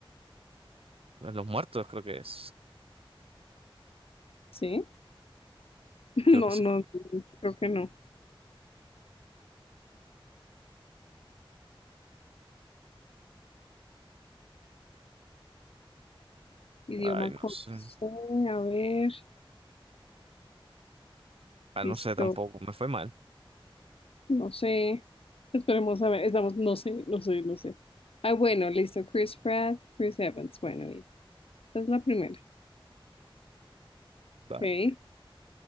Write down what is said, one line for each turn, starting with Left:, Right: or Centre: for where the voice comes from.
Right: Los muertos creo que es.
Left: ¿sí? <laughs> No,
Right: Creo que sí.
Left: no, creo que no, idioma
Right: Ay, no
Left: con
Right: sé.
Left: C, a ver,
Right: Ah,
Left: listo,
Right: no sé tampoco. Me fue mal.
Left: no sé, esperemos a ver, estamos, no sé, no sé, no sé, ah, bueno, listo, Chris Pratt, Chris Evans, bueno, bien, esta es la primera,
Right: Vale.
Left: ¿ok?